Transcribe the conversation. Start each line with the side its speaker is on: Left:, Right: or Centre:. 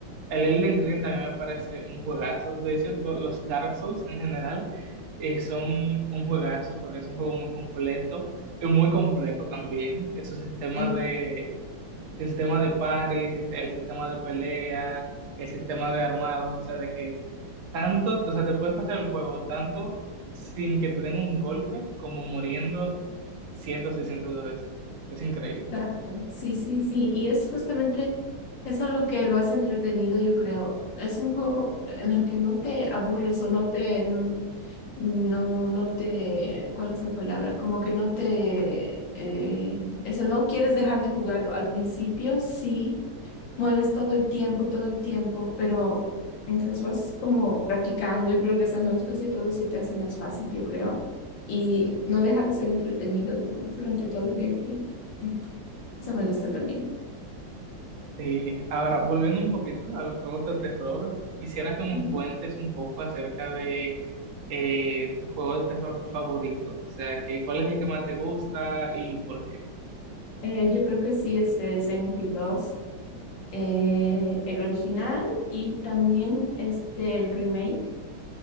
Right: El Elden Ring también me parece un juegazo. De hecho, do- los Dark Souls en general eh, son un juegazo porque es un juego muy completo y muy complejo también. Es su sistema
Left: Sí,
Right: de, el sistema de parry, sis- el sistema de pelea, el sistema de armado, o sea, de que tanto, o sea, te puedes pasar el juego tanto sin que te den un golpe como muriendo cientos y cientos de veces. Es increíble.
Left: exacto. Sí, sí, sí. Y es justamente eso lo que lo hace entretenido, yo creo. Es un juego en el que no te aburres o no te, n- no, no te, ¿cuál es la palabra? Como que no te, eh, eso, no quieres dejar de jugarlo. Al principio sí. mueres todo el tiempo y todo el tiempo, pero mientras vas como practicando y progresando, después de todo se te hace más fácil, yo creo, y no deja de ser entretenido, digamos, durante todo el gameplay. Eso me gusta también.
Right: Sí, ahora volviendo un poquito a los juegos de terror, quisiera que me
Left: Ujú.
Right: cuentes un poco acerca de eh, tu juego de terror favorito, o sea, que, ¿cuál es el que más te gusta y por qué?
Left: Eh, yo creo que sí es eh, Silent Hill 2, eh, el original y también este, el remake.